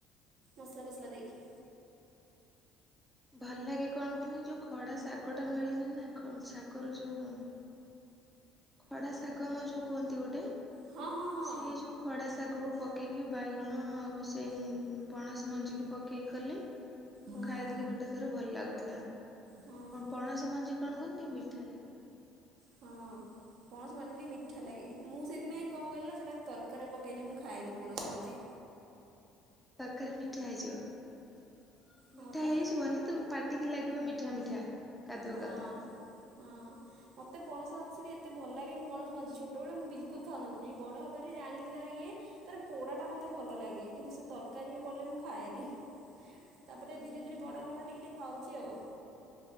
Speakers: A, on the right (about 60°); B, in the centre.
A: ମସଲା ଫସଲା ଦେଇକି।
B: ଭଲ ଲାଗେ କଣ କରୁନି ଯୋଉ ଖଡା ଶାଗ ଟା ମିଳିନି ନା ଶାଗର ଯୋଉ ଖଡା ଶାଗ ମ ଯୋଉ କୁହନ୍ତି ଗୋଟେ
A: ହଁ ହଁ ହଁ
B: ସେ ଯୋଉ ଖଡ଼ା ଶାଗକୁ ପକାଇକି ବାଇଗଣ ଆଉ ସେଇ ପଣସ ମଞ୍ଜିିକି ପକେଇକି କଲେ। ମୁଁ
A: ହଁ
B: ଖାଇଥିଲି ଗୋଟେ ଥର ଭଲ ଲାଗୁଥିଲା।
A: ହଁ
B: ପଣସ ମଞ୍ଜି କଣ କୁହନ୍ତି ମିଠା ଲାଗେ। ହ
A: ହଁ।
B: <unintelligible>
A: ପଣସ ମଞ୍ଜି ଟିକେ ମିଠା ଲାଗେ ମୁଁ ସେଥିପାଇଁ କଣ କହିଲା ସେଟା ତରକାରିରେ ପକେଇନି ମୁଁ ଖାଏନି ପଣସ ମଞ୍ଜି।
B: ତରକାରୀ ମିଠା ହେଇଯିବ
A: ହଁ
B: ମିଠା
A: ପା
B: ହେଇଯିବନି ତୁମେ ପାଟିକି ଲାଗିବ ମିଠା ମିଠା। କାଦୁଅ
A: ହଁ
B: କାଦୁଅ
A: ହଁ। ମତେ ପଣସ ଆସିଲେ ଏତେ ଭଲ ଲାଗେନି ପଣସ ମଞ୍ଜି ଛୋଟବେଳେ ମୁଁ ବିଲକୁଲ ଖାଉନଥିଲି ବଡ଼ ହବାର ଜାଣିଲି ତାର ଇଏ ତାର ପୋଡା ଟା ମତେ ଭଲ ଲାଗେ କିନ୍ତୁ ସେ ତରକାରୀରେ ପଡ଼ିଲେ ମୁଁ ଖାଏନି। ତାପରେ
B: ଉଁ
A: ଧୀରେ ଧୀରେ ବଡ ହେଲା ପରେ ଟିକେ ଟିକେ ଖାଉଛି ଆଉ।